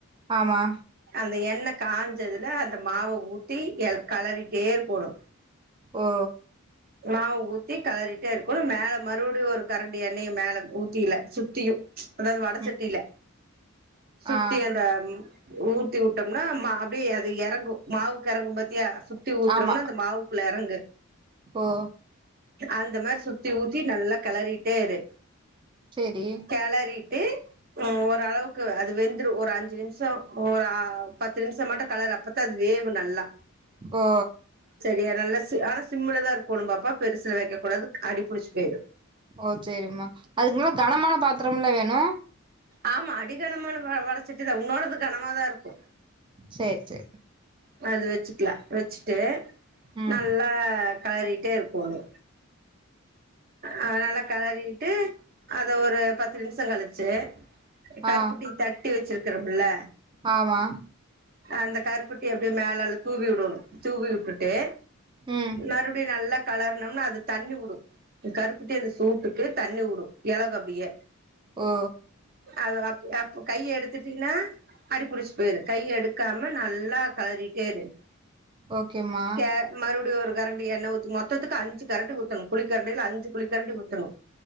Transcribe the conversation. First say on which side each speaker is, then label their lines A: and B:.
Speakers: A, on the right; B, on the right.
A: ஆமா
B: அந்த என்ன காஞ்சதுல அந்த மாவ ஊத்தி களறிட்டே இருக்கோனு
A: ஓ
B: மாவு ஊத்தி கலறிட்டே இருக்கனு மேல மறுபடியு ஒரு கரண்டி எண்ணெய மேல ஊத்தில சுத்தியு அதாவது வடசட்டியில
A: ம்
B: சுத்தி
A: ஆ
B: அந்த ஊத்தி விட்டோம்னா மா அப்டியே அது எறங்கு மாவுக்கு எறங்கு பாத்தியா சுத்தி ஊத்துறோம்னா
A: ஆமா
B: அந்த மாவுக்குள்ள எறங்கு
A: ஓ
B: அந்த மாரி சுத்தி ஊத்தி நல்லா கெளறிட்டே இரு
A: சேரி
B: கெளறிட்டு ஓரளவுக் க்கு அது வெந்துரு ஒரு அஞ்சு நிமிஷோ ஒரு ஆ பத்து நிமிஷோ மட்டு கெளரு அப்பதா அது வேவு நல்லா
A: ஓ
B: சரியா நல்லா செ ஆனா சிம்ல தா இருக்கோனு பாப்பா பெருசுல வைக்க கூடாது அடிபுடிச்சி பொயிடு
A: ஓ சேரிம்மா அதுக்கு மொதல கனமான பாத்ரம்ல வேணு
B: ஆமா அடிகணமான வ வட சட்டிதா ஒன்னோடது கனமாதா இருக்கு
A: சேரி சேரி
B: அது வச்சுக்கல வச்சுட்டு
A: ம்
B: நல்லா கெளறிட்டே இருக்கோணு ஆ நல்லா கெளறிட்டு அத ஒரு பத்து நிமிஷம் கழுச்சு கருப்புட்டி
A: ஆ
B: தட்டி வச்சுருக்கிறம்ல
A: ஆமா
B: அந்த கருப் கருப்பட்டி அப்டியே மேல நல்லா தூவி விடணு தூவி விட்டுட்டு
A: ம்
B: மறுபடியு நல்லாக் கெளரனும்னா அது தண்ணி உடு கருப்புட்டி அந்த சூட்டுக்கு தண்ணி வுடு எலகு அப்டியே
A: ஓ
B: அது அப் அப்ப கைய எடுத்துட்டீன்னா அடிபுடிச்சு போயிரு கைய எடுக்காம நல்லா கெளறிட்டே இரு
A: ஓகேம்மா
B: கே மறுபடியு ஒரு எண்ண ஊத்து மொத்தத்துக்கு அஞ்சு கரண்டி ஊத்தணு கரண்டில அஞ்சு குளிக்கரண்டி ஊத்துணு